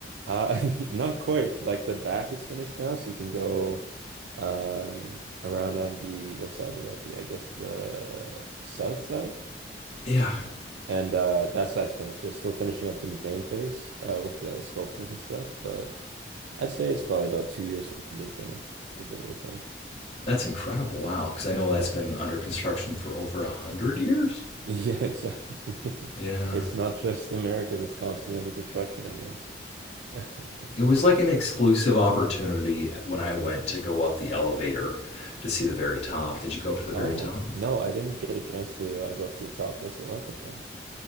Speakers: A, on the right; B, on the left.
A: Uh, <laughs> not quite. Like the back is finished now, so you can go um around on the what side would that be? I guess the south side.
B: Yeah.
A: And uh that's that's finished. They're still finishing up the main face uh with the sculptures and stuff, but I'd say it's probably about two years from being finished is what it looked like.
B: That's incredible. Wow. Because I know
A: Yeah.
B: that's been
A: <laughs>
B: under construction for over a hundred years.
A: Yeah, exactly. <laughs>
B: Yeah.
A: It's not just America that's constantly under construction, I guess. <laughs>
B: It was like an exclusive opportunity when I went to go up the elevator to see the very top. Did you go up to the
A: Oh,
B: very top?
A: no, I didn't get a chance to uh, go up to the top. What's it like up there?